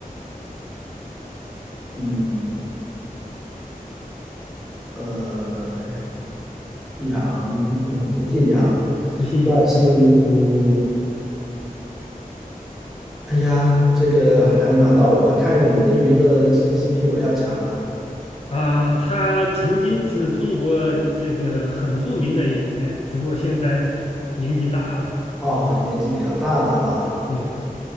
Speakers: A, in the centre; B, on the left.
A: 嗯，呃，杨，哎呀，不姓杨，
B: 不信呀，
A: 那姓，
B: 不信呀
A: 哎呀，这个还难到我了。看样你的娱乐信息比我要强啊。
B: 啊，他曾经是中国这个很著名的演员，只不过现在年纪大了。
A: 哦，年纪比较大的哈，
B: 对，